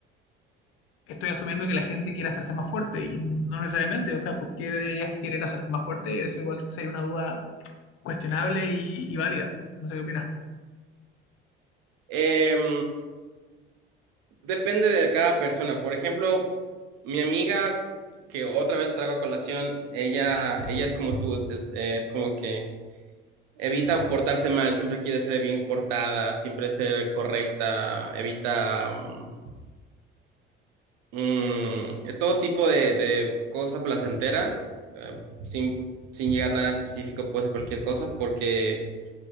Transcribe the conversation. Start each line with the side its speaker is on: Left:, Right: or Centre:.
Left: estoy asumiendo que la gente quiere hacerse más fuerte y no necesariamente, o sea, ¿por qué deberías querer hacerte más fuerte? Eso igual sería una duda cuestionable y, y válida. No sé qué opinas.
Right: Em, Depende de cada persona. Por ejemplo, mi amiga, que otra vez traigo a colación, ella, ella es como tú, es, es- es como que evita portarse mal, siempre quiere ser bien portada, siempre ser correcta, evita mm, mm, todo tipo de, de cosa placentera, eh, sin, sin llegar a nada específico, puede ser cualquier cosa, porque